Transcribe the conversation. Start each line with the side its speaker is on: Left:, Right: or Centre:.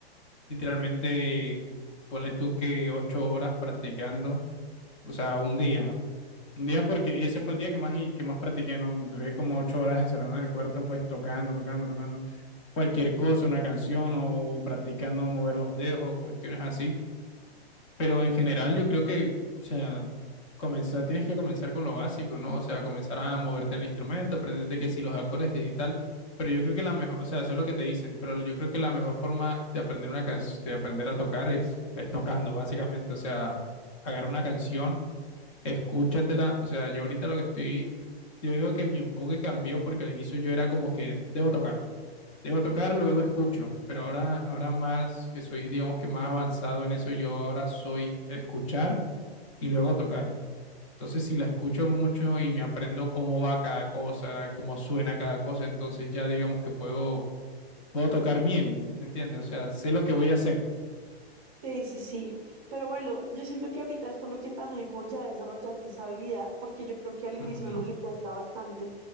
Left: literalmente, ponle tú que ocho horas practicando, o sea, un día. Un día porque ese fue el día que más, y- que más practiqué, ¿no? Duré como ocho horas encerrado en el cuarto, pues tocando, tocando, tocando cualquier cosa, una canción o practicando mover los dedos o cuestiones así. Pero en general yo creo que, o sea, comenzar, tienes que comenzar con lo básico, ¿no? O sea, comenzar a moverte en el instrumento, aprenderte que si los acordes, que si tal. Pero yo creo que la mejor, o sea, hacer lo que te dicen, pero yo creo que la mejor forma de aprender una can- de aprender a tocar es, es tocando, básicamente. O sea, agarra una canción, escúchatela. O sea, yo ahorita lo que estoy, yo digo que mi enfoque cambió porque al inicio yo era como que debo tocar. Debo tocar, luego escucho, pero ahora, ahora más que soy, digamos que más avanzado en eso, yo ahora soy escuchar y luego tocar. Entonces, si la escucho mucho y me aprendo cómo va cada cosa, cómo suena cada cosa, entonces ya digamos que puedo, puedo tocar bien, ¿entiendes? O sea, sé lo que voy a hacer.
Right: Sí, sí, sí. Pero bueno, yo siento que ahorita es por lo que también como ya desarrollaste esa habilidad, porque yo creo que al inicio
Left: Ujú.
Right: no le cuesta bastante.